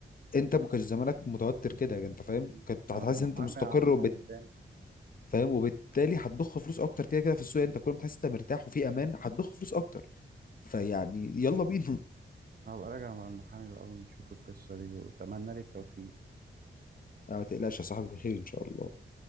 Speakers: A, on the left; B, on the right.
A: انت ما كانش زمانك متوتر كده يعني، انت فاهم
B: مم.
A: كنت
B: أنا
A: هتحس
B: المحامي
A: ان انت مستقر
B: يا عم
A: وبت
B: وداني
A: فاهم وبالتالي هتضخ فلوس اكتر كده كده في السوق يعني انت كل ما تحس انت مرتاح وفي امان هتضخ فلوس اكتر فيعني يلا بينا
B: أنا هبقى راجع مع المحامي بقى ونشوف القصة دي وأتمنى لي التوفيق
A: <laughs> لا، ما تقلقش يا صاحبي خير ان شاء الله